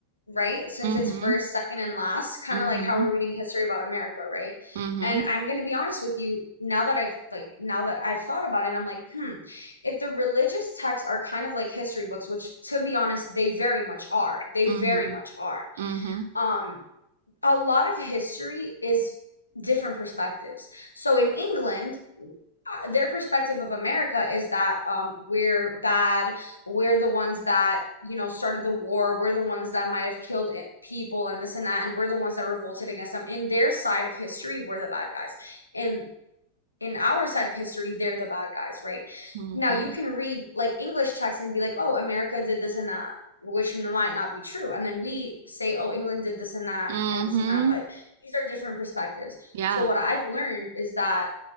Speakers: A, on the left; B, on the right.
A: right? Since
B: mm-hmm,
A: it's first, second, and last, kind
B: mm-hmm,
A: of like how we're reading history about America, right?
B: mm-hmm,
A: And I'm going to be honest with you, now that I've like now that I've thought about it, I'm like, hmm, if the religious texts are kind of like history books, which to be honest, they very much are. They
B: mm-hmm,
A: very much are.
B: mm-hmm,
A: Um, a lot of history is different perspectives. So in England, uh, their perspective of America is that um, we're bad, we're the ones that you know started the war, we're the ones that might have killed people and this and that, and we're the ones that revolted against them. In their side of history, we're the bad guys. In in our side of history, they're the bad guys, right?
B: mm-hmm,
A: Now you can read like English texts and be like, oh, America did this and that, which might not be true. And then we say, oh, England did this and that
B: mm-hmm.
A: and this and that. But these are different perspectives.
B: Yeah.
A: So what I've learned is that